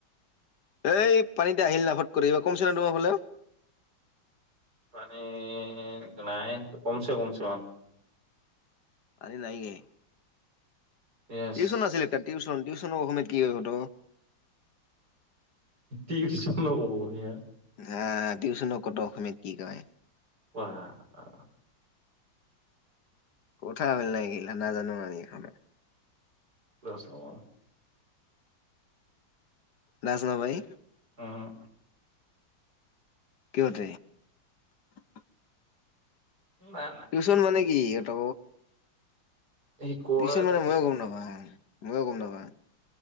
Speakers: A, on the left; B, on the right.
A: এই পানীতে আহিল নাফৰ কৰিবা কমছিলা তমাৰ হলে?
B: উম্ম নাই। কমছে-কমছে অহ
A: আ নাইয়ে?
B: য়েছ
A: টউশন আছিলে তাৰ, টিউন-টিউন। অসমমেদ কি হৈ হত?
B: টিউচন হ'ব বঢ়িয়া
A: হ, টউশনো কত অসমীয়াত কি কৈ?
B: ৱ আহ <unintelligible>
A: কোঠথা আমিল নাই গিলা ন জানো আমি এখনেো।
B: খ <unintelligible>
A: দাসনা ভাই
B: আহ
A: কহট <unintelligible>
B: নাই নাই
A: টিউশন মানে কি কি এটো?
B: শিকোৱাতকে
A: টিউচন মানে মইো গুম নাপা, ময়ো গুম নাপা।